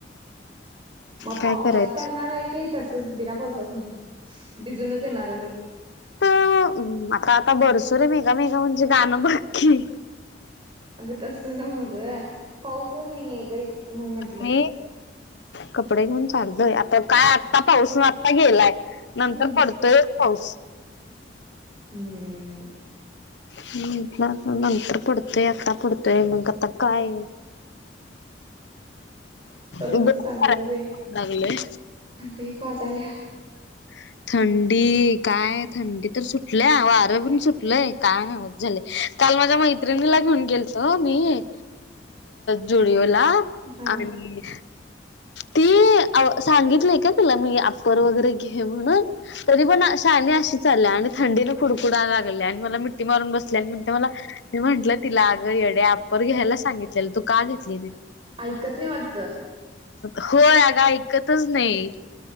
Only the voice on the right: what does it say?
मग
पावसात
करणार हाय काय तसच बिना पावसाच भिजूनच येणार य बग
अगं तसं नव्ह ग मग पाऊसच नाहीय ग इथ म्हंटलं
हम्म
हम्म
अ
चांगलंय भाई
अते एक वाजाल्या
हा
ऐकत नाही वाटत